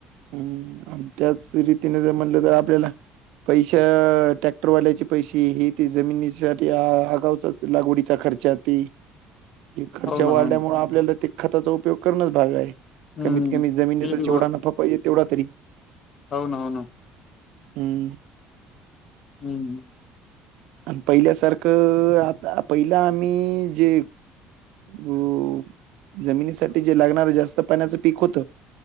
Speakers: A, on the right; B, on the left.
A: हम्म आणि त्याच रीतीने जर म्हणलं तर आपल्याला पैशा ट्रॅक्टरवाल्याचे पैसे, ही ते जमिनीसाठी अगावचाच लागवडीचा खर्चात ते, हे खर्च्या
B: हो ना
A: वाढल्यामुळे
B: हो ना
A: आपल्याला ते खताचा उपयोग करणच भाग हाय.
B: हम्म
A: कमीत कमी जमिनीचा
B: ते बी
A: जेवढा नफा पाहिजे तेवढा तरी
B: हाव ना हो ना.
A: हम्म.
B: हम्म हम्म.
A: आणि पहिल्यासारखं आता पहिला आम्ही जे वो जमिनीसाठी जे लागणार जास्त पाण्याचं पीक होतं